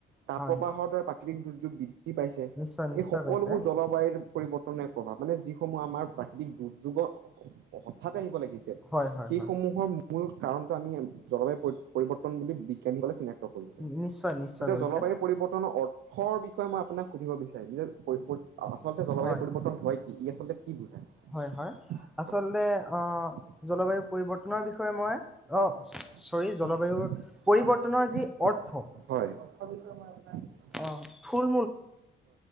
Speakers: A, on the right; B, in the centre.
A: তাপ
B: হয়
A: প্ৰবাহৰ দ্বাৰা দুৰ্যোগ পাইছে
B: নিশ্চয় নিশ্চয়
A: এই সকলোবোৰ
B: পাইছে
A: জলবায়ুৰ পৰিৱৰ্তনে প্ৰভাৱ মানে যিসমূহ আমাৰ প্ৰাকৃতিক দুৰ্যোগৰ হঠাতে আহিব লাগিছে
B: হয় হয়
A: সেইসমূহৰ
B: হয়
A: মূল কাৰণটো আমি জলবায়ু পৰি পৰিৱৰ্তন বুলি বিজ্ঞানীসকলে চিনাক্ত কৰিছে
B: নি- নিশ্চয় নিশ্চয়
A: এতিয়া
B: কৰিছে
A: জলবায়ু পৰিৱৰ্তনৰ অৰ্থ। <unintelligible> আপোনাক সুধিব বিচাৰিম
B: হয়
A: যে আচলতে
B: হয় হয়
A: জলবায়ু
B: আচলতে
A: পৰিৱৰ্তন
B: আহ জলবায়ু
A: হয়
B: পৰিৱৰ্তনৰ বিষয়ে
A: কি
B: মই অ
A: ই
B: চৰি জলবায়ুৰ
A: আচল
B: পৰিৱৰ্তনৰ
A: কি
B: যি অৰ্থ
A: বুজায় হয়?
B: অ ফুল